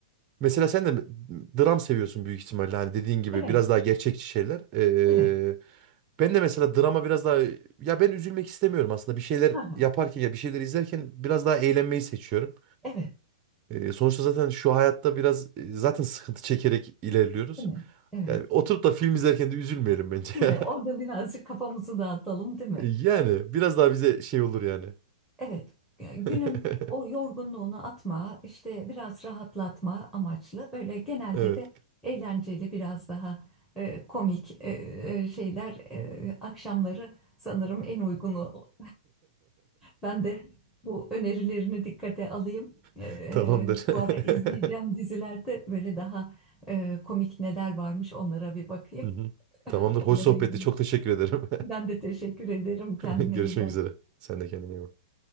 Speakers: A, on the right (about 30°); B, in the centre.
A: mesela sen de dram seviyorsun büyük ihtimalle hani dediğin gibi
B: Evet.
A: biraz daha gerçekçi şeyler. Eee,
B: Evet.
A: ben de mesela drama biraz daha ya ben üzülmek istemiyorum aslında bir şeyler
B: Ha, ha.
A: yaparken ya bir şeyler izlerken biraz daha eğlenmeyi seçiyorum.
B: Evet.
A: E, sonuçta zaten şu hayatta biraz e, zaten sıkıntı çekerek ilerliyoruz.
B: Değil mi? Evet.
A: Yani oturup da film izlerken de üzülmeyelim bence.
B: Değil
A: <laughs>
B: mi? Orada birazcık kafamızı dağıtalım, değil mi?
A: Yani biraz daha bize şey olur yani.
B: Evet. Günün
A: <laughs>
B: o yorgunluğunu atma, işte biraz rahatlatma amaçlı böyle genelde
A: Evet.
B: de eğlenceli biraz daha e, komik e, e, şeyler e, akşamları sanırım en uygunu Ben de bu önerilerini dikkate alayım.
A: <laughs>
B: Ee,
A: Tamamdır. <laughs>
B: bu ara izleyeceğim dizilerde böyle daha e, komik neler varmış onlara bir bakayım.
A: Hı hı. Tamamdır.
B: <laughs> Onlara
A: Hoş sohbetti.
B: yönelik.
A: Çok teşekkür ederim.
B: Ben de teşekkür ederim. Kendine
A: <laughs> Görüşmek
B: iyi bak.
A: üzere. Sen de kendine iyi bak.